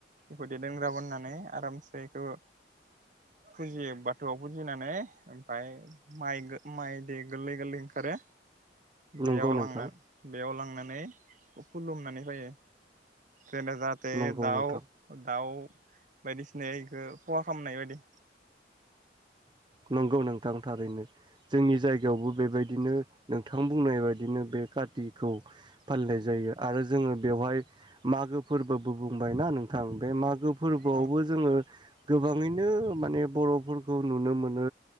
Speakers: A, on the right; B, on the right.
A: बेफोरदि दोनग्रा बोननानै आरामसे बेखौ फुजियो बाथौआव फुजिनानै ओमफफ्राय माइ माइ दै गोरलै गोरलै ओंखारो बेयाव
B: नंगौ नोंथां
A: लांना बेयाव लां नानै खुलुमनानै होयो खोना जाहाथे
B: नंगौ
A: दाउ
B: नोंथां
A: दाउ बायदिसिनाय एखौ फहा खालामनाय बायदि।
B: नंगौ नों। थांथारैनो। जोंनि जायगायावबो बेबायदिनो। नोंथां बुंनाय बायदि बिदिनो बे कार्तिखौ। फालिनाय जायो आरो जोङो बेवहाय मागो फोरबोबो बुंबायना नों। थां बे मागो फोरबोआवबो
A: अ
B: जोङो। गोबाङैनो माने बर'फोर खौ नुनो मोनो